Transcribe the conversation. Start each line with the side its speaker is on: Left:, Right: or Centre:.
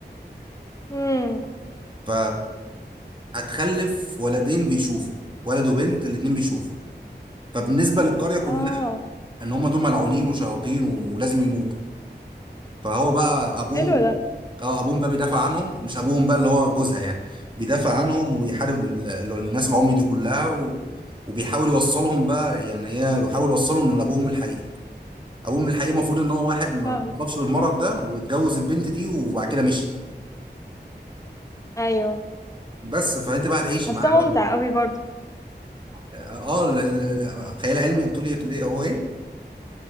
Left: امم
Right: ف هتخلف ولدين بيشوفوا ولد وبنت الاتنين بيشوفوا فبالنسبة للقرية كلها
Left: اه
Right: ان هم دول ملعونين وشياطين ولازم يموتوا فهو بقى ابوهم
Left: حلو ده
Right: اه ابوهم بقى بيدافع عنهم مش ابوهم بقى اللي هو جوزها يعني بيدافع عنهم ويحارب ال- ال- الناس العمي دي كلها و... وبيحاول يوصلهم بقى يعني هي بيحاول يوصلهم لابوهم الحقيقي ابوهم الحقيقي المفروض ان هو واحد ما
Left: فاهم
Right: ما اتصابش بالمرض ده واتجوز البنت دي وبعد كده مشي
Left: ايوه
Right: بس فانت بقى هتعيشي
Left: حاسه
Right: معاه بقى
Left: ممتع قوي برضو
Right: اه ل- ل- خيال علمي بتقول ايه بتقول ايه هو ايه